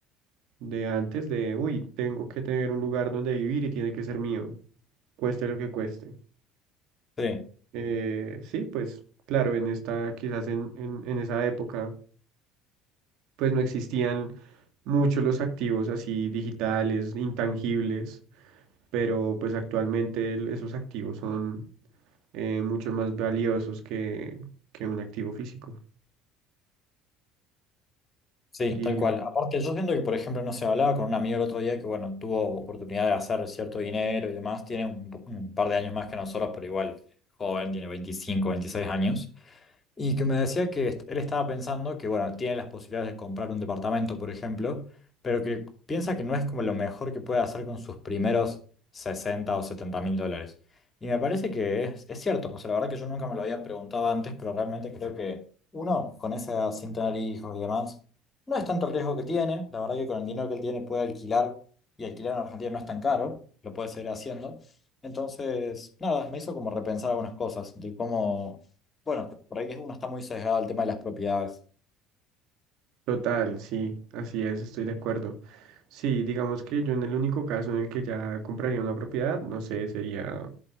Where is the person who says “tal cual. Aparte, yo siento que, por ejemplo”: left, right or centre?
Left